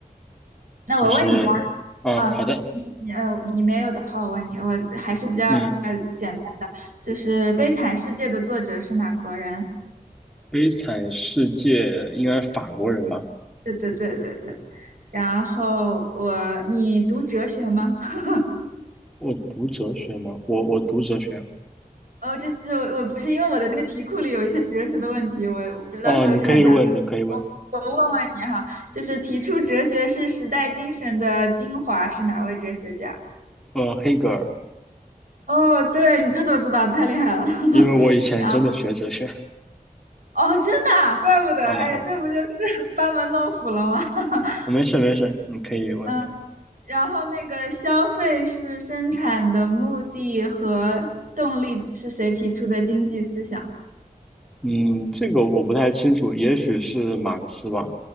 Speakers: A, on the right; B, in the centre.
A: 那我问你吧，
B: 就是，嗯，
A: 啊，
B: 好的，
A: 你呃，你没有的话，我问你，我还是比较呃简单的，
B: 嗯，
A: 就是《悲惨世界》的作者是哪国人？
B: 悲惨世界应该是法国人吧？
A: 对对对对对。然后我，你读哲学吗？<laughs>
B: 我读哲学吗？我我读哲学。
A: 哦，就是我不是因为我的那个题库里有一些哲学的问题，我我不知道是不是太难。
B: 哦，你可以问，你可以问。
A: 我问问你哈，就是提出哲学是时代精神的精华是哪位哲学家？
B: 呃，黑格尔，
A: 哦，对，你这都知道，太厉害了。<laughs>
B: 因为我以前真的学哲学。
A: 然后，哦，真的啊怪不得，
B: 嗯嗯，
A: 哎，这不就是 <laughs> 班门弄斧了吗？<laughs>
B: 没事没事，你可以问。
A: 嗯，然后那个消费是生产的目的和动力是谁提出的经济思想？
B: 嗯，这个我不太清楚，也许是马克思吧。